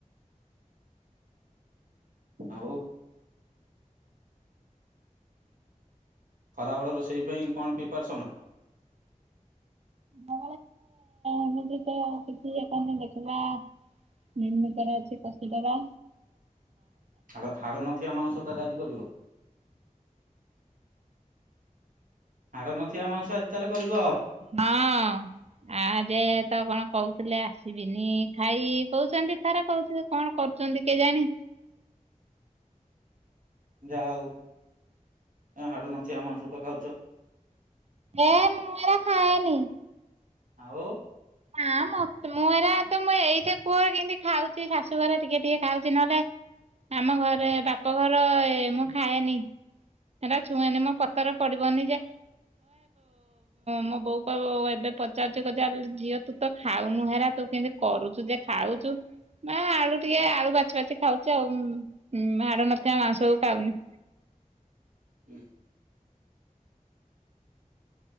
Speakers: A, on the right (about 80°); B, on the right (about 50°).
A: ଆଉ ଖରାବେଳ ରୋଷେଇ ପାଇଁ କଣ ପ୍ରିପାରସନ
B: ଳେ ଏମତି ତ ଆଉ କିଛି ଆପଣ ଦେଖିବା। ନିର୍ମିତର ଅଛି କଶୁ ଟରା
A: ହାଡ ହାଡ଼ ନଥିବା ମାଂସ ତାହେଲେ ଆଜି କରିବ। ହାଡ଼ ନଥିବା ମଂୁଷ ଆଜି ତାହେଲେ। କରିବ।
B: ହଁ। ଆ ଯେ ତ କଣ କହୁଥିଲେ ଆସିବିନି ଖାଇ କହୁଛନ୍ତି ଥରେ କହୁଥିଲେ କଣ କରୁଛନ୍ତି କିଏ ଜାଣି
A: ଯାହା ହଉ ହାଡ଼ ନଥ ଆମଂ ୋଟ ଖାଉଛ।
B: ଏ ମୁରା ଖାଏନି
A: ଆଉ
B: ନା ମ ମୁଁ ଏରା ତ ମୁଁ ଏଇଠି କୁଅ କେମତି ଖାଉଛି ଶାଶୁଘର ଟିକେ ଟିକେ ଖାଉଛି ନହେଲେ ଆମ ଘରେ ବାପ ଘର ମୁଁ ଖାଏନି ହେରା ଛୁଇଁନି ମୋ ପତରେ ପଡିବନି ଯେ ମୋ ବୋଉ କ ଏବେ ପଚାରୁଛ ଝିଅ ତୁ ତ ଖାଉନୁ ହେରା ତୁ କେମତି କରୁଛୁ ଯେ ଖାଉଛୁ ମା ଆଳୁ ଟିକେ ଆଳୁ ବାଛି ବାଛି ଖାଉଛି ଆଉ ହାଡ ନଥିବା ମାଂସକୁୁ ଖାଉନି।
A: ହୁଁ।